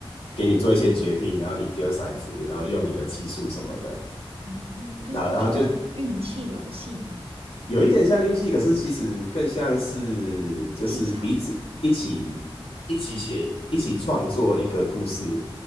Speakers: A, on the left; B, on the right.
A: 给你做一些决定，然后你丢骰子，然后用你的技术什么的。
B: 哦，就是一个运气游戏嘛，
A: 那然后就有一点像运气，可是其实更像是就是彼此一起
B: 技巧。
A: 一起写、一起创作一个故事